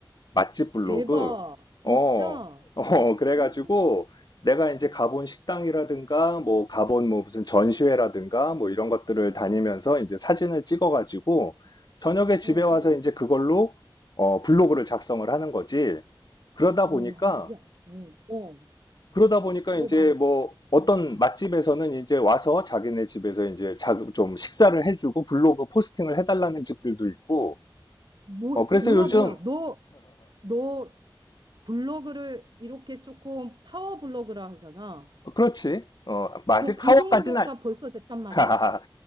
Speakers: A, on the left; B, on the right.
A: 맛집 블로그?
B: 대박. 진짜.
A: 어, 어, 그래가지고
B: 응,
A: 내가 이제
B: 어,
A: 가본 식당이라든가 뭐 가본 뭐 무슨 전시회라든가 뭐 이런 것들을
B: 어,
A: 다니면서 이제 사진을 찍어가지고 저녁에 집에
B: 어.
A: 와서 이제 그걸로 어, 블로그를 작성을 하는 거지. 그러다
B: 와,
A: 보니까
B: 야, 응, 어,
A: 그러다 보니까
B: 뭐
A: 이제
B: 말해?
A: 뭐 어떤
B: 어.
A: 맛집에서는 이제 와서 자기네 집에서 이제 자, 좀 식사를 해주고 블로그 포스팅을 해달라는 집들도 있고.
B: 뭐,
A: 어, 그래서
B: 뭐야,
A: 요즘
B: 뭐야. 너, 너 블로그를 이렇게 조금 파워 블로그라 하잖아.
A: 그렇지. 어, 뭐 아직
B: 너 그
A: 파워까지는
B: 정도가 벌써 됐단 말이야?
A: <laughs>